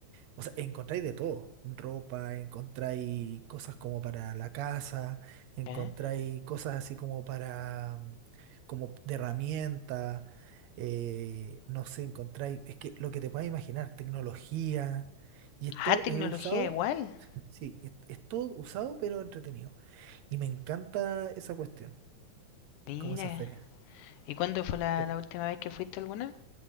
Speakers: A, on the right; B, on the left.
A: O sea, encontráis de todo. Ropa, encontráis cosas como para la casa, encontráis
B: ¿Ya?
A: cosas así como para, mm, como de herramienta, eh, no sé, encontráis, es que lo que te puedas imaginar, tecnología. Y esto
B: Ah, tecnología
A: es usado,
B: igual.
A: sí, es, es todo usado pero entretenido. Y me encanta esa cuestión,
B: Mira.
A: como esa feria.
B: ¿Y cuándo fue la,
A: Sí.
B: la última vez que fuiste alguna?